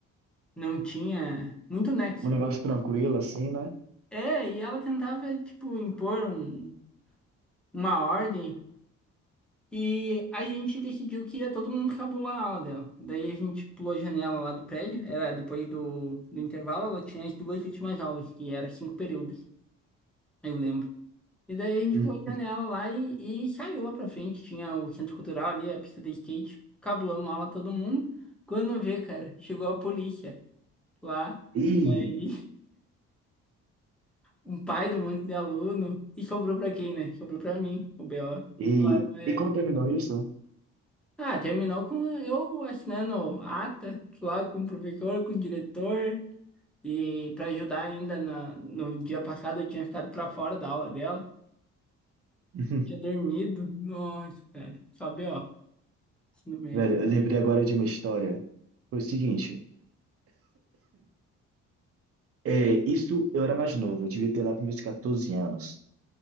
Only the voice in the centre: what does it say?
não tinha muito nexo.
É, e ela tentava, tipo, impor um, uma ordem. E a gente decidiu que ia todo mundo cabular a aula dela. Daí a gente pulou a janela lá do prédio. Era depois do, do intervalo, ela tinha as duas últimas aulas, que era cinco períodos, eu lembro. E daí a gente
pulou a janela lá e, e saiu lá pra frente. Tinha o centro cultural ali, a pista de skate. Cabulamos aula todo mundo. Quando vê, cara, chegou a polícia lá.
Aí, um pai do monte de aluno. E sobrou pra quem, né? Sobrou pra mim, o BO.
É,
Ah, terminou com eu assinando ata lá com o professor, com o diretor. E pra ajudar ainda na, no dia passado eu tinha ficado pra fora da aula dela.
Tinha dormido. Nossa, cara. Só BO. assim, no meio.